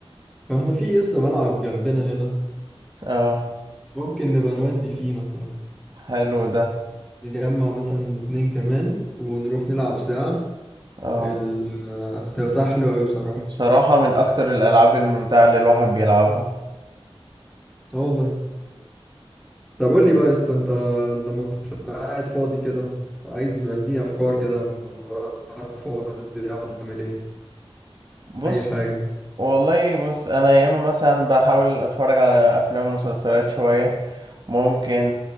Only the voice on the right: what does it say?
اه
حلو ده
اه
بصراحة من أكتر الألعاب الممتعة اللي الواحد بيلعبها
بص
والله بص أنا ياما مثلا بحاول أتفرج على أفلام ومسلسلات شوية ممكن